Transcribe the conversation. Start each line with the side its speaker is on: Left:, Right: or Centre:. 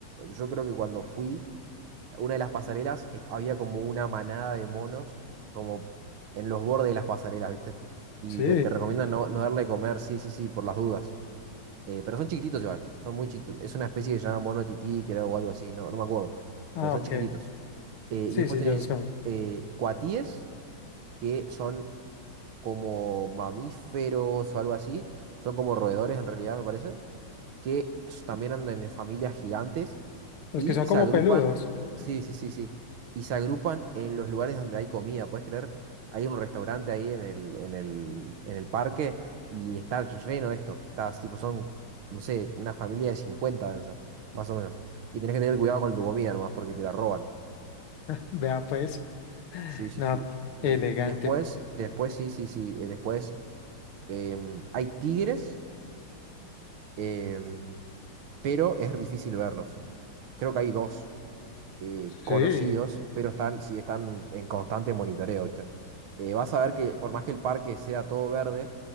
Right: Yo creo que cuando fui una de las pasarelas est- había como una manada de monos como en los bordes de las pasarelas, ¿viste? Y
Left: Sí,
Right: te, te recomiendan no, no darle de comer, sí, sí, sí, por las dudas. Eh, pero son chiquititos igual, son muy chiquitos. Es una especie que se llama mono tití, creo, o algo así, no, no me acuerdo.
Left: ah,
Right: Pero son
Left: ok.
Right: chiquititos. Eh,
Left: Sí,
Right: y después
Left: sí,
Right: tenés
Left: yo los conozco.
Right: eh, cuatíes, que son como mamíferos o algo así. Son como roedores en realidad, me parece que s- también andan en familias gigantes
Left: Los
Right: y
Left: que son como
Right: se agrupan,
Left: peludos.
Right: sí, sí, sí, sí, y se agrupan en los lugares donde hay comida, ¿puedes creer? Hay un restaurante ahí en el, en el, en el parque y está lleno de esto, está, tipo, son, no sé, una familia de 50 deben ser, más o menos, y tenés que tener cuidado con tu comida nomás porque te la roban,
Left: Vea pues,
Right: sí, sí,
Left: no,
Right: sí, y,
Left: elegante.
Right: y después, después, sí, sí, sí, eh, después em, hay tigres, em, pero es difícil verlos, creo que hay dos. eh,
Left: Sí,
Right: conocidos, pero están, sí, están en constante monitoreo, ¿viste? Eh, vas a ver que por más que el parque sea todo verde,